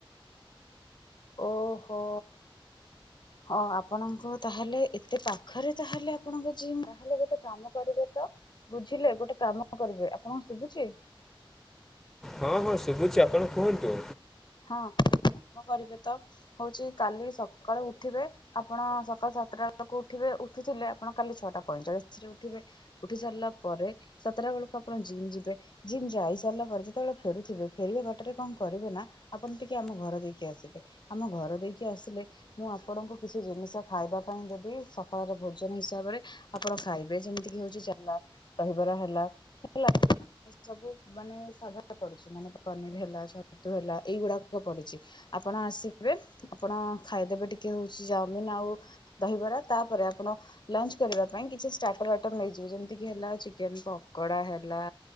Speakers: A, on the left (about 55°); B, in the centre.
A: ଓହୋ। ହଁ ଆପଣଙ୍କ ତାହେଲେ ଏତେ ପାଖରେ ତାହେଲେ ଆପଣଙ୍କ ଜୀମ୍ ତାହେଲେ ଗୋଟେ କାମ କରିବେ ତ। ବୁଝିଲେ ଗୋଟେ କାମ କରିବେ ଆପଣଙ୍କୁ ଶୁଭୁଛି।
B: ହଁ ହଁ ଶୁଭୁଛି ଆପଣ କୁହନ୍ତୁ?
A: ହଁ କାମ କରିବେ ତ ହଉଛି କାଲି ସକାଳୁ ଉଠିବେ ଆପଣ ସକାଳ ସାତଟା ବେଳକୁ ଉଠିବେ ଉଠୁଥିଲେ ଆପଣ କାଲି ଛଅଟା ପଇଁଚାଳିଶ ରେ ଉଠିବେ? ଉଠି ସାରିଲା ପରେ ସାତଟା ବେଳକୁ ଆପଣ ଜିମ୍ ଯିବେ। ଜିମ ଯାଇ ସାରିଲା ପରେ ଯେତେବେଳେ ଫେରୁଥିବେ ଫେରିବା ବାଟରେ କଣ କରିବେ ନା? ଆପଣ ଟିକେ ଆମ ଘର ଦେଇକି ଆସିବେ ଆମ ଘର ଦେଇକି ଆସିଲେ ମୁଁ ଆପଣଙ୍କୁ କିଛି ଜିନିଷ ଖାଇବା ପାଇଁ ଦେବି ସକାଳର ଭୋଜନ ହିସାବରେ। ଆପଣ ଖାଇବେ ଯେମିତି କି ହଉଛି ଚାଲା ଦହିବରା ହେଲା ହେଲା। ସବୁ ମାନେ ସାଧା ପଡୁଛି ମାନେ ପନିର ହେଲା ଛତୁ ହେଲା। ଏଇଗୁଡ଼ାକ ପଡ଼ିଛି ଆପଣ ଆସିବେ ଆପଣ ଖାଇଦେବେ ଟିକେ ହେଉଛି ଚାଉମିିନ ଆଉ ଦହିବରା ତାପରେ ଆପଣ ଲଞ୍ଚ କରିବା ପାଇଁ କିଛି ଷ୍ଟାଟର୍ ଆଇଟମ ନେଇଯିବ ଯେମିତି ହେଲା ଚିକେନ ପକୋଡା ହେଲା।